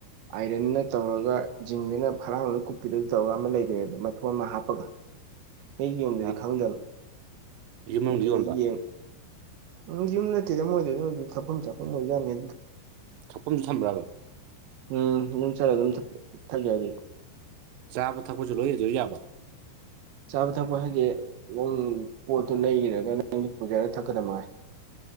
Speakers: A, on the right; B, on the right.
A: ꯑꯥꯏꯔꯟꯅ ꯇꯧꯔꯒ ꯖꯤꯡꯗꯨꯅ ꯐꯔꯥꯡꯅ ꯀꯨꯞꯄꯤꯔꯒ ꯇꯧꯔꯒ ꯑꯃ ꯂꯩꯕꯅꯦꯕ ꯃꯊꯣꯟ ꯑꯃ ꯍꯥꯞꯄꯒ ꯑꯩꯒꯤ ꯌꯨꯝꯗꯗꯤ
B: ꯑꯥ
A: ꯈꯪꯗꯅ
B: ꯌꯨꯝ ꯃꯅꯨꯡꯗ
A: ꯑꯗꯨꯗ
B: ꯌꯣꯟꯕ
A: ꯌꯦꯡ ꯎꯝ ꯌ ꯅꯗꯣꯏꯗ ꯊꯐꯝ ꯆ ꯑꯣꯏ ꯌꯥꯅꯤ
B: ꯊꯛꯐꯝꯁꯨ ꯊꯝꯕ꯭ꯔꯕ
A: ꯎꯝ ꯑꯗꯨꯝ ꯆꯠꯂꯒ ꯑꯗꯨꯝ ꯊꯛꯖꯒꯦ
B: ꯆꯥꯕ ꯊꯛꯄꯁꯨ ꯂꯣꯏꯗꯣꯏ ꯌꯥꯕ
A: ꯆꯥꯕ ꯊꯛꯄ ꯍꯥꯏꯗꯤꯦ ꯅꯪ ꯄꯣꯠꯇꯨ ꯂꯩꯔꯒ ꯅꯪ ꯂꯤꯠꯄꯁꯔ ꯊꯛꯀꯗ ꯃꯥꯏ